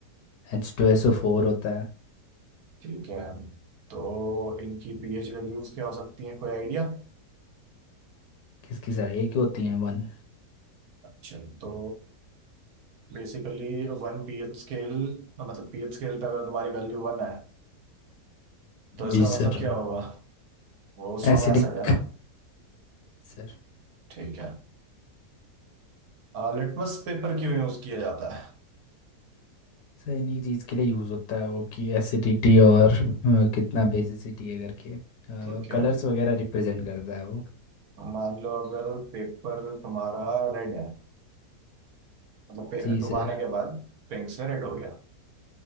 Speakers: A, on the left (about 85°); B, on the right (about 65°).
A: H two S O four होता है
B: ठीक है तो इनकी पीएच वैल्यूज क्या हो सकती हैं कोई आइडिया
A: किसकी सर एक ही होती है वन
B: अच्छा तो बेसिकली वन पीएच स्केल मतलब पीएच स्केल पे अगर तुम्हारी वैल्यू वन है तो इसका
A: जी सर
B: मतलब क्या होगा वो स्ट्रॉन्ग
A: Acidic
B: एसिड है ना
A: sir
B: ठीक है लिटमस पेपर क्यों यूज किया जाता है
A: सर इन्हीं चीज़ के लिए यूज़ होता है वो कि एसिडिटी और अ, कितना बेसिसिटी है करके
B: ठीक है
A: कलर्स वगैरह रिप्रेजेंट करता है वो
B: मान लो अगर पेपर तुम्हारा रेड है मतलब पे-
A: जी
B: डुबाने
A: सर
B: के बाद पिंक से रेड हो गया